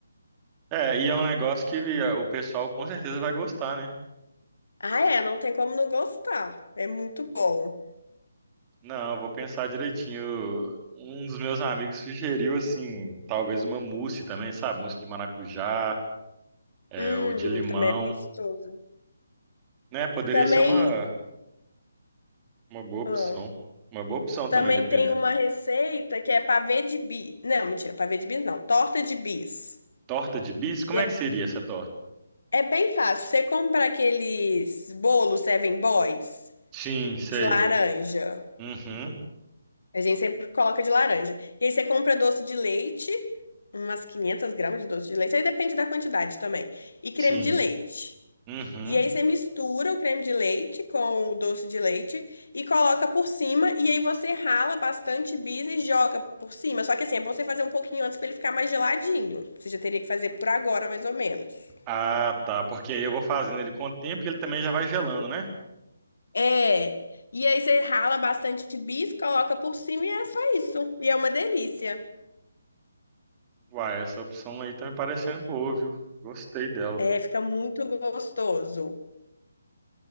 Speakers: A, on the right; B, on the left.
A: É, e é um negócio que ah, o pessoal com certeza vai gostar, né?
B: Ah, é, não tem como não gostar. É muito bom.
A: Não, eu vou pensar direitinho. Um dos meus amigos sugeriu, assim, talvez uma mousse também, sabe? Mousse de maracujá, é,
B: Hum,
A: ou de limão,
B: também é gostoso.
A: né? Poderia
B: Também,
A: ser uma, uma boa opção.
B: ah,
A: Uma boa opção
B: também
A: também, dependendo.
B: tem uma receita que é pavê de bis. Não, mentira, pavê de bis não. Torta de bis.
A: Torta de bis? Como
B: E
A: é
B: é,
A: que seria essa torta?
B: é bem fácil. Você compra aqueles bolos Seven Boys
A: Sim, sei.
B: de laranja.
A: Uhum,
B: A gente sempre coloca de laranja. E aí você compra doce de leite, umas 500 gramas de doce de leite, aí depende da quantidade também. E creme
A: sim.
B: de leite.
A: Uhum.
B: E aí você mistura o creme de leite com o doce de leite e coloca por cima. E aí você rala bastante bis e joga por cima. Só que assim, é bom você fazer um pouquinho antes para ele ficar mais geladinho. Você já teria que fazer por agora, mais ou menos.
A: Ah, tá. Porque aí eu vou fazendo ele com o tempo e ele também já vai gelando, né?
B: É. E aí você rala bastante bis, coloca por cima e é só isso. E é uma delícia.
A: Uai, essa opção aí tá me parecendo boa, viu? Gostei dela.
B: É, fica muito gostoso.